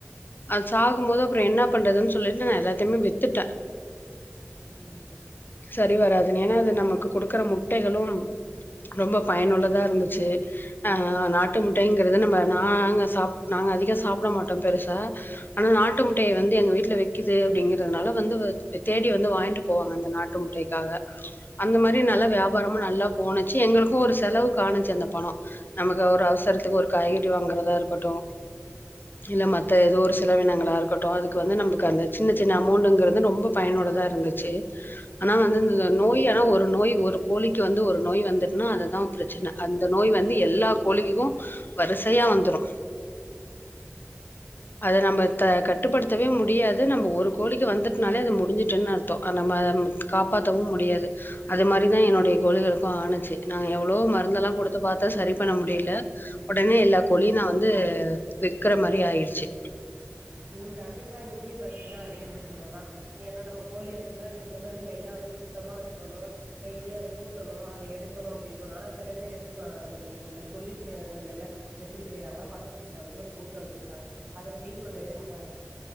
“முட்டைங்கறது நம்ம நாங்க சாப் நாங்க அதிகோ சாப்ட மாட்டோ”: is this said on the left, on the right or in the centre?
Left